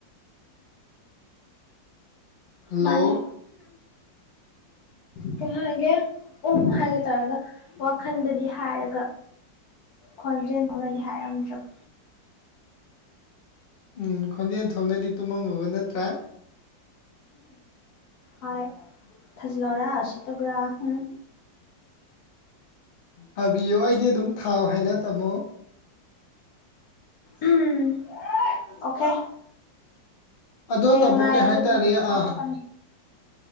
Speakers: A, on the left; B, on the left.
A: ꯍꯜꯂꯣ
B: ꯃꯥꯅꯦ ꯀꯩꯍꯥꯏꯒꯦ ꯎꯝ ꯍꯥꯏꯒꯦ ꯇꯧꯔꯒ ꯋꯥꯈꯜꯗꯗꯤ ꯍꯥꯏꯔꯒ ꯈꯣꯟꯖꯦꯜ ꯈꯅꯗꯤ ꯍꯥꯏꯔꯝꯗ꯭ꯔꯕ
A: ꯎꯝ ꯈꯣꯟꯖꯦꯜ ꯊꯣꯛꯅꯗꯤ ꯇꯨꯝꯃꯃꯕ ꯅꯠꯇ꯭ꯔꯥ
B: ꯍꯣꯏ ꯊꯥꯖꯟꯂꯣꯔꯥ ꯎꯁꯤꯇꯕꯔ ꯍꯨꯡ
A: ꯍꯥꯕꯤꯌꯣ ꯑꯩꯗꯤ ꯑꯗꯨꯝ ꯊꯥꯎ ꯍꯥꯏꯅ ꯇꯝꯃꯣ
B: ꯎꯝ ꯑꯣꯀꯦ
A: ꯑꯗꯣ
B: ꯍꯌꯦꯡ
A: ꯇꯥꯃꯣ
B: ꯉꯥꯏꯌꯣ
A: ꯀꯩ
B: ꯑꯗꯨꯗꯤ
A: ꯍꯥꯏꯇꯥꯔꯦ
B: ꯍꯥꯥꯠꯇꯣꯛꯀꯅꯤ
A: ꯑꯥ